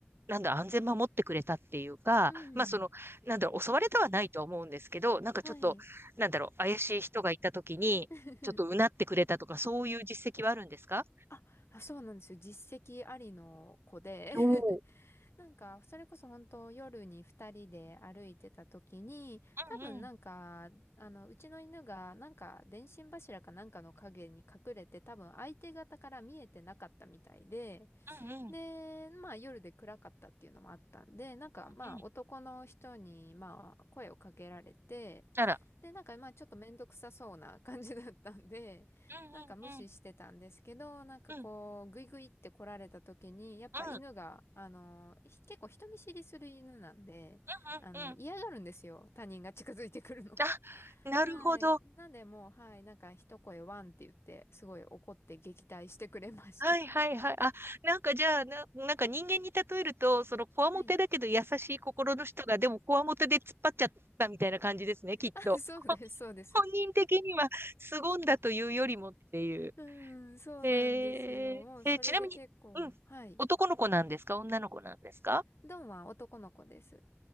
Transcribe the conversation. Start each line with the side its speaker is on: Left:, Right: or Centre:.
Right: なんだ安全守ってくれたっていうか、
Left: うん、
Right: まあその、なんだろう、襲われたはないと思うんですけど、なんかちょっと、
Left: はい。
Right: なんだろう、怪しい人がいたときに、
Left: <laughs>
Right: ちょっとうなってくれたとか、そういう実績はあるんですか
Left: あ、あそうなんですよ。実績ありの子で
Right: おおー、
Left: <laughs> なんか、それこそ本当夜に二人で歩いてた時に、多分なんか、
Right: うんうん、
Left: あの、うちの犬がなんか電信柱かなんかの影に隠れて、多分相手方から見えてなかったみたいで、
Right: うんうん、
Left: で、まあ夜で暗かったっていうのもあったんで、なんかまあ男の人にまあ声をかけられて、
Right: うん。あら、
Left: で、なんかまあちょっとめんどくさそうな感じだったんで、<laughs>
Right: うんうんうん、
Left: なんか無視してたんですけど、なんかこう、
Right: うんうん、
Left: グイグイって来られた時に、やっぱ犬が、
Right: うん
Left: あの、ひ結構人見知りする犬なんで、
Right: うん。
Left: あの、嫌がるんですよ。他人が近づいてくるの。
Right: あ、
Left: <laughs>
Right: なるほど。
Left: はい。なんでもう、はい、なんか一声ワンって言って、すごい怒って撃退してくれました。
Right: はいはいはい。あ、なんかじゃあ、な、なんか人間に例えると、そのこわもてだけど優しい心の人が、
Left: はい。
Right: でもこわもてで突っ張っちゃったみたいな感じですね、きっと。
Left: <laughs> そうです、そうです。
Right: 本人的には凄んだというよりもっていう。
Left: <laughs> うん、そうなんですよ。
Right: へえ。
Left: もうそれで結構、
Right: え、ちなみに、うん。
Left: はい。
Right: 男の子なんですか女の子なんですか
Left: ドンは男の子です。